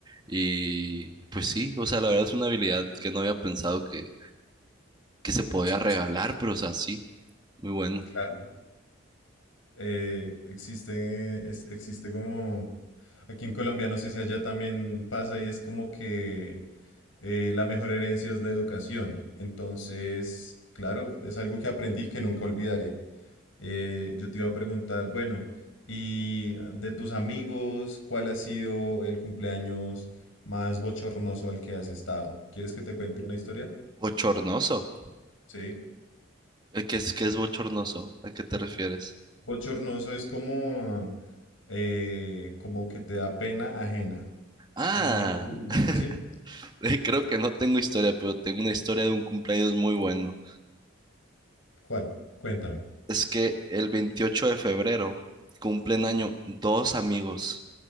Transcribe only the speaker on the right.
Y pues sí, o sea, la verdad es una habilidad que no había pensado que, que se podía
regalar, pero o sea, sí, muy bueno.
Bochornoso.
Eh, ¿Qué es, qué es bochornoso? ¿A qué te refieres?
Ah,
<laughs> eh, creo que no tengo historia, pero tengo una historia de un cumpleaños muy bueno.
Es que el 28 de febrero cumplen año dos amigos